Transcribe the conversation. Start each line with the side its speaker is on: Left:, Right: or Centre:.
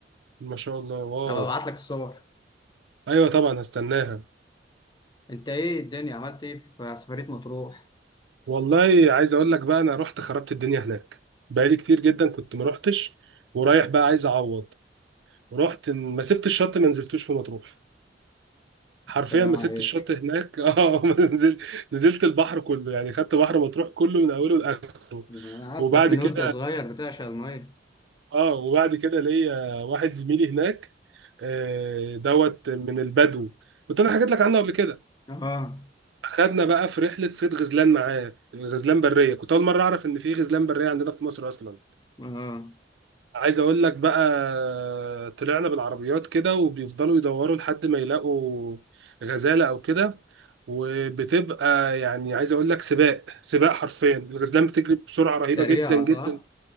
Right: ما شاء الله واو
Left: هبقى ابعت لك الصور
Right: ايوه طبعا هستناها
Left: انت ايه الدنيا عملت ايه في سفريه مطروح
Right: والله عايز اقول لك بقى انا رحت خربت الدنيا هناك بقالي كتير جدا كنت ما رحتش ورايح بقى عايز اعوض رحت ما سبت الشط ما نزلتوش في مطروح حرفيا
Left: يا سلام
Right: ما
Left: عليك
Right: سبت الشط هناك <laughs> اه ما نزل نزلت البحر كله يعني خدت بحر مطروح كله من اوله لاخره
Left: انا عارفك
Right: وبعد
Left: من
Right: كده
Left: وانت صغير بتعشق الميه
Right: اه وبعد كده ليا واحد زميلي هناك آه، دوت من البدو كنت انا حكيت لك عنه قبل كده
Left: اه
Right: خدنا بقى في رحله صيد غزلان معاه غزلان بريه كنت اول مره اعرف ان في غزلان بريه عندنا في مصر اصلا
Left: اه
Right: عايز اقول لك بقى طلعنا بالعربيات كده وبيفضلوا يدوروا لحد ما يلاقوا غزاله او كده وبتبقى يعني عايز اقول لك سباق سباق حرفيا الغزلان بتجري بسرعه رهيبه
Left: سريعه
Right: جدا جدا
Left: صح